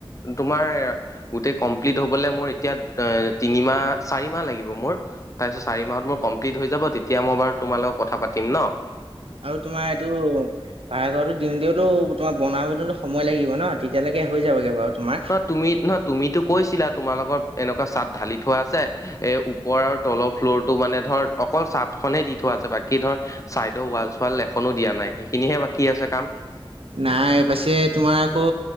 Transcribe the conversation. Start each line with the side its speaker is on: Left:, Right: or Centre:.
Left: তোমাৰ গোটেই কমপ্লিট হ'বলৈ মোৰ এতিয়া এ তিনিমাহ, চাৰি মাহ লাগিব মোৰ। তাৰপিছত চাৰি মাহত মোৰ কমপ্লিট হৈ যাব, তেতিয়া মই বাৰু তোমাৰ লগত কথা পাতিম ন।
Right: আৰু তোমাৰ এইটো ভাৰা ঘৰতো দিওঁ তেওটো তোমাৰ বনাবতো সময় লাগিব ন, তেতিয়ালৈকে হৈ যাবগে বাৰু তোমাৰ।
Left: ন তুমি নহ তুমিতো কৈছিলা তোমালোকৰ এনেকুৱা চাট ঢালি থোৱা আছে, এ ওপৰ আৰু তলৰ ফ্ল'ৰ টো মানে ধৰ অকল চাট খনেই দি থোৱা আছে বাকী বাকী ধৰ চাইদৰ ৱাল-চুৱাল এখনো দিয়া নাই, সেইখিনিহে বাকী আছে কাম।
Right: নাই পাছে, তোমাৰ আকৌ